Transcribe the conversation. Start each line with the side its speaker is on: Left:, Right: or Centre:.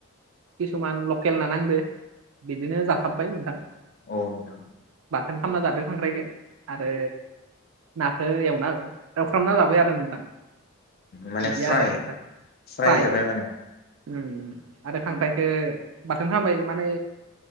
Right: किसुमान ल लकेल ना नांदो बिदिनो जाखाबबाय नोंथां
Left: औ नोंथां
Right: बाथोन खालामामना जादों खांख्राइखौ आरो नाखो एवना हो खालामना जाबाय आरो नोंथां
Left: माने
Right: बिदिया
Left: फ्राय
Right: आरो नोंथां फ्राय
Left: जाबाय माने
Right: ओम आरो खांख्राइखो बाथोन खालामामबाय माने